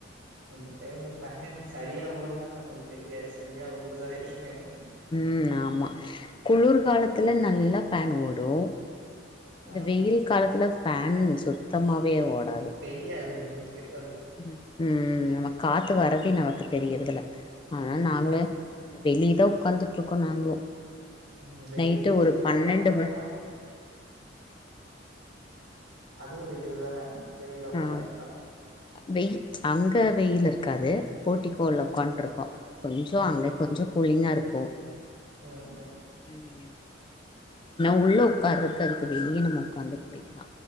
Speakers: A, on the right; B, on the left.
A: இந்த டைம்ல ஃபேனு சரியா ஓட்னாலு நம்மளுக்கு தெரியாது சரியா ஓடுதா இல்லையானு
B: ம் ஆமா குளிர் காலத்துல நல்லா ஃபேன் ஓடு இந்த
A: ஆ
B: வெயில் காலத்துல ஃபேன் சுத்தமாவே ஓடாது
A: தெரியாது நம் <unintelligible> க்கு அது
B: ம் ம் நம்ம காத்து வரறதே நமக்கு தெரியறதில்ல ஆனா
A: ம்
B: நாங்களே வெளிய தா உக்காந்துட்ருக்கோ நாங்களு
A: ம் வெயில்
B: நைட்டு
A: வெளியில
B: ஒரு பன்னெண்டு
A: உக்காந்துருந்தா
B: மணி
A: அதுவு வெயிலு தான வெளில உக்காந்துருந்தா
B: ஆ வெய் அங்க வெயிலு இருக்காது போட்டி கோல்ல
A: ஆ
B: உக்காந்ட்ருக்கோ கொஞ்சோ
A: ம்
B: அங்க
A: ம்
B: கொஞ்சோ கூலிங்கா இருக்கு
A: ம் ம்
B: ம் நா உள்ள உக்காறக்கு அதுக்கு வெளிய நம்மோ உக்காந்துட் போய்க்லா